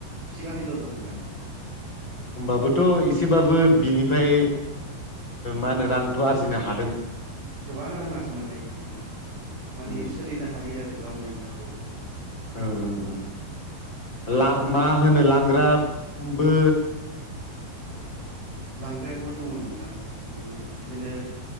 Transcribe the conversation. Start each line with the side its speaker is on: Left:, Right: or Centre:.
Right: बिगानैल' दं नोंथां
Left: होमबाबोथ' एसेबाबो बिनिफ्राय मा होनो रांथ' आरजिनो हादों
Right: गोबां रां आरजिनो हायो नोंथां
Left: ओ
Right: माने सोलिनो हायो आरो गावनिया थाख
Left: ओ ओ ओ
Right: आङो
Left: मा होनो लांग्रा बो
Right: लांग्रायो दङ नोंथां माने बिदिनो